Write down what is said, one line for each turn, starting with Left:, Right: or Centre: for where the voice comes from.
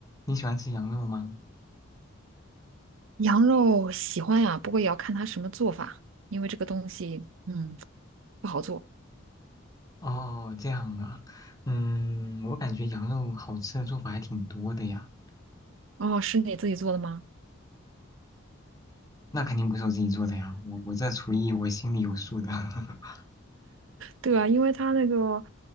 Left: 你喜欢吃羊肉吗？
Right: 羊肉喜欢呀，不过也要看它什么做法，因为这个东西，嗯，不好做。
Left: 哦，这样啊，嗯，我感觉羊肉好吃的做法还挺多的呀。
Right: 哦，是你自己做的吗？
Left: 那肯定不是我自己做的呀，我我这厨艺我心里有数的。<laughs>
Right: 对啊，因为它那个，